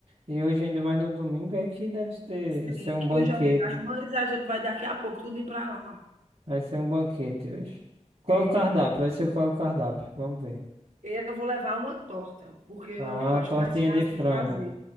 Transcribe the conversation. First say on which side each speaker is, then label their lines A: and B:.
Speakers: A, on the right (about 50°); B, on the right (about 75°).
A: e hoje ainda mais no domingo, é que deve ter,
B: Sim,
A: ser um
B: que
A: banquete.
B: hoje é o Dia das Mães, a gente vai daqui a pouco tudo tudinho para lá.
A: Vai ser um banquete hoje. Qual
B: É,
A: é o cardápio? Vai ser qual é o cardápio? Vamos ver.
B: eu vou levar uma torta, porque é
A: Ah,
B: o que eu acho
A: tortinha
B: mais fácil
A: de frango.
B: de fazer.